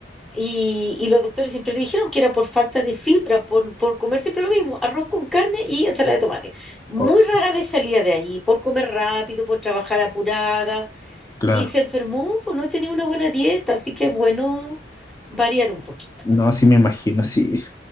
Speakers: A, in the centre; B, on the left.
A: Y, y los doctores siempre le dijeron que era por falta de fibra, por, por comer siempre lo mismo, arroz con carne y ensalada de tomate. Muy
B: oh,
A: rara vez salía de ahí, por comer rápido, por trabajar apurada
B: claro.
A: y se enfermó por no tener una buena dieta, así que es bueno variar un poquito.
B: No, sí me imagino, sí.